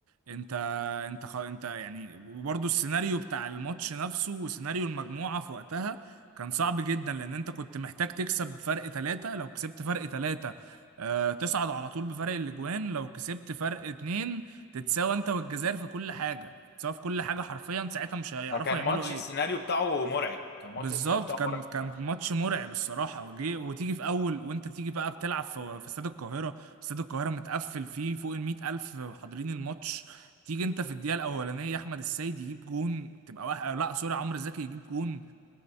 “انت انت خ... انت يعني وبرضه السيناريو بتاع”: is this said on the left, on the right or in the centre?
Right